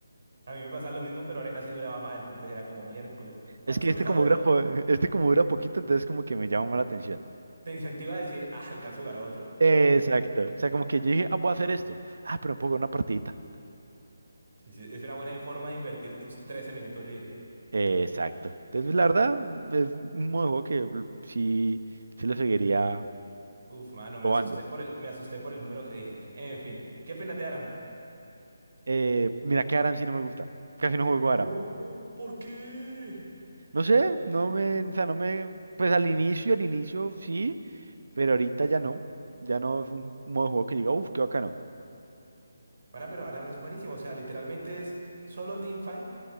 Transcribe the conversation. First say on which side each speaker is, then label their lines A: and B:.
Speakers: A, on the right (about 55°); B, on the right (about 75°).
A: A mí me pasa lo mismo, pero arena sí duraba más, entonces era como miércoles. ¿Cuánto
B: Es que este
A: <laughs> acabo
B: como
A: de
B: dura, po- <laughs> este como dura poquito, entonces como que me llama más la atención.
A: Te incentiva a decir, ah, alcanzo a jugar a otro.
B: Exacto. O sea, como que yo dije, ah, voy a hacer esto. Ah, pero me puedo jugar una partidita.
A: Sí, sí, es una buena forma de invertir tus 13 minutos libres.
B: Eh, exacto. Entonces, la verdad, es un un modo de juego que l- sí, sí lo seguiría
A: Uf, mano, me
B: probando.
A: asusté por el, me asusté por el número que dije. En fin, ¿qué opinas de Aram?
B: Eh, mira que Aram sí no me gusta. Casi no juego Aram.
A: No, ¿por qué?
B: No sé, no me, o sea, no me, pues al inicio, al inicio sí, pero ahorita ya no. Ya no es un modo de juego que diga, uff, qué bacano.
A: Bueno, pero Aram es buenísimo. O sea, literalmente es solo teamfight